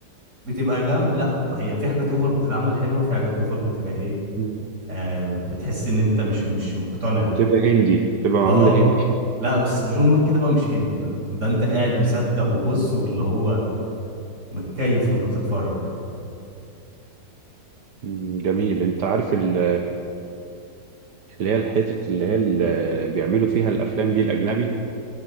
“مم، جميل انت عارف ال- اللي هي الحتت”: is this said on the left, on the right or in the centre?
Right